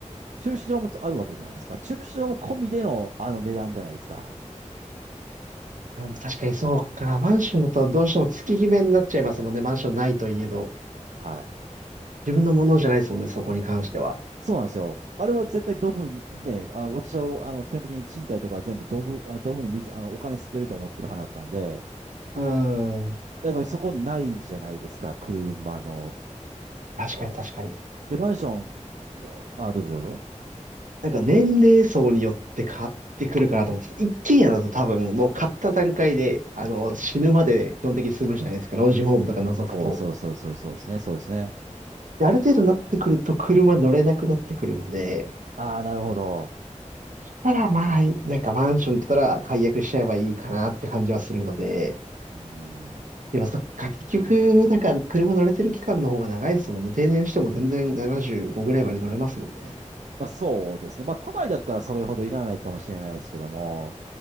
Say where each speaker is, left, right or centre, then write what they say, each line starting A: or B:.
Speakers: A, on the right (about 70°); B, on the right (about 85°).
A: 駐車場もあるわけじゃないですか。駐車場も込みでのあの値段じゃないですか。
B: あの確かにそうか。マンションだとどうしても月決めになっちゃいますもんね。マンションないといえど。
A: はい。
B: 自分のものじゃないですもんね、そこに関しては。
A: そうなんですよ。あれは絶対ドブに、ね、あ、私は、あの、基本的に賃貸とかは全部ドブ、あ、ドブに水、あの、お金捨てると思ってる派だったんで、
B: うーん。
A: やっぱりそこないじゃないですか、車の。
B: 確かに確かに。
A: で、マンションも、あ、どうぞどうぞ。
B: なんか年齢層によって変わってくるかなと思ってて、一軒家だと多分もう買った段階で、あの、
A: うん
B: 死ぬまで基本的に住むじゃないですか、老人ホームとか除くと。
A: そうそうそうそうそうですね、そうですね。
B: で、ある程度になってくると車乗れなくなってくるんで、
A: ああ、なるほど。
B: たらまあ、なんかマンションだったら解約しちゃえばいいかなって感じはするので、
A: うん
B: でもそっか、結局、なんか車乗れてる期間の方が長いですもんね。定年しても全然75ぐらいまで乗れますもんね。
A: まあそうですね。まあ都内だったらそれほどいらないかもしれないですけども、